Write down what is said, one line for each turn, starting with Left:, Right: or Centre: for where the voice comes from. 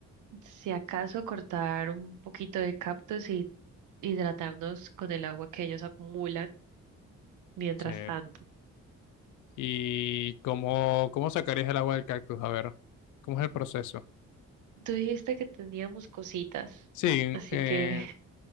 Right: si acaso, cortar un poquito de cactus y hidratarnos con el agua que ellos acumulan mientras
Left: Sí.
Right: tanto.
Left: ¿Y cómo, cómo sacarías el agua del cactus? A ver, ¿cómo es el proceso?
Right: Tú dijiste que teníamos cositas,
Left: Sí,
Right: así
Left: eh,
Right: que...